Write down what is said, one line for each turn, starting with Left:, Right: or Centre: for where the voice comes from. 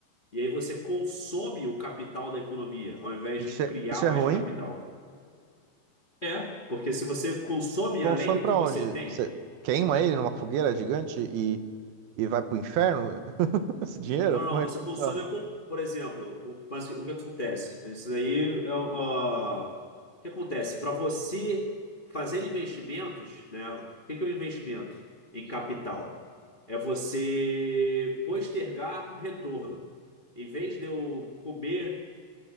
Left: E aí você consome o capital da economia, ao invés
Right: Isso
Left: de
Right: é,
Left: criar
Right: isso é
Left: mais
Right: ruim.
Left: capital. É, Porque se você consome
Right: Consome
Left: além do
Right: pra
Left: que você
Right: onde?
Left: tem,
Right: Você queima ele numa fogueira gigante e, e vai pro inferno? <laughs> Esse dinheiro?
Left: não, não,
Right: Como
Left: você
Right: é que
Left: consome,
Right: funciona?
Left: a pou- por exemplo, o, mas o que acontece? Isso aí é o ó, o que acontece? Para você fazer investimentos, né? O que que é um investimento em capital? É você postergar retorno. Em vez de eu comer